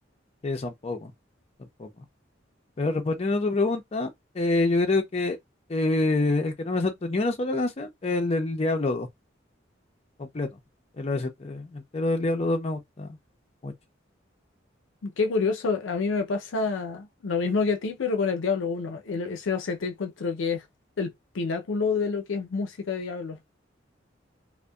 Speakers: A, on the left; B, on the left.
A: Que son pocos, son pocos. Pero respondiendo a tu pregunta, eh, yo creo que eh, el que no me salto ni una sola canción es el del Diablo dos completo. El OST entero del Diablo dos me gusta mucho.
B: Qué curioso, a mí me pasa lo mismo que a ti, pero con el Diablo Uno. El, ese OCT encuentro que es el pináculo de lo que es música de Diablo.